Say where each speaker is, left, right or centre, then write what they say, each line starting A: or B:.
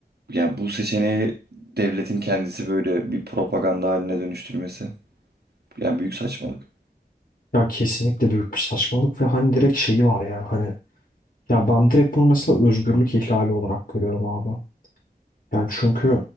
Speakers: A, on the right; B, on the left.
A: ya bu seçeneği devletin kendisi böyle bir propaganda haline dönüştürmesi. Yani büyük saçmalık.
B: Ya kesinlikle büyük bir saçmalık ve hani direkt şeyi var ya hani ya ben direkt bunu mesela özgürlük ihlali olarak görüyorum abi. Yani çünkü